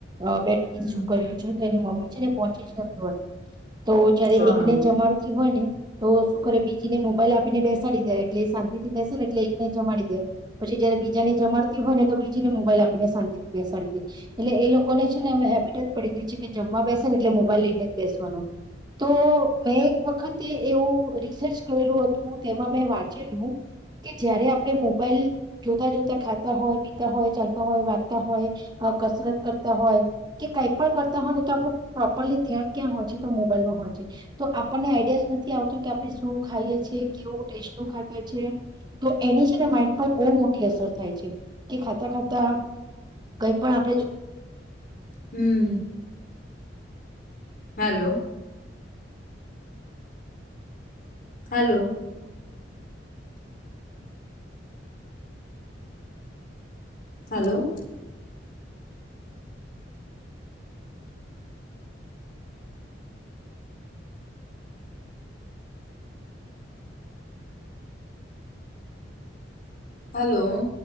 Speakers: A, on the right; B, on the left.
A: અ બેટકી
B: હમ
A: શું કર્યું છે તેની મ્મ મ્મી છે ને પહોંચી જ નથી વળતી. તો જયારે
B: હા
A: એકને જમાડતી હોય ને. તો શું કરે બીજીને મોબાઈલ આપીને બેસાડી દે એટલે એ શાંતિથી બેસે ને એટલે એકને જમાડી દે પછી જયારે બીજાને જમાડ તી હોય ને તો બીજીને મોબાઈલ આપીને શાંતિ થી બેસાડી દે. એટલે એ લોકોને છે ને હવે હેબિટ જ પડી ગઈ છે કે જમવા બેસે ને એટલે મોબાઈલ લઈને જ બેસવાનો. તો મેં એક વખતે એવું રિસર્ચ કરેલું હતું તેમાં મેં વાંચેલું કે જયારે આપણે મોબાઈલ જોતા જોતા ખા તા હોય, પીતા હોય, ચાલતા હોય, વાંચતા હોય, અ કસરત કરતા હોય, કે કાંઈ પણ કરતા હોયને તો આપણું પ્રોપરલી ધ્યાન ક્યાં હોય છે તો મોબાઈલમાં હોય છે. તો આપણને આઈડિયાઝ નથી આવતો કે આપણે શું ખાઈએ છીએ, કેવું ટેસ્ટું ખાતું છે તો એની છે ને માઈન્ડ પર બહુ મોટી અસર થાય છે. કે ખાતા ખાતા કંઈ પણ આપણે
B: હમ્મ. હલો. હલો. હલો. હલો.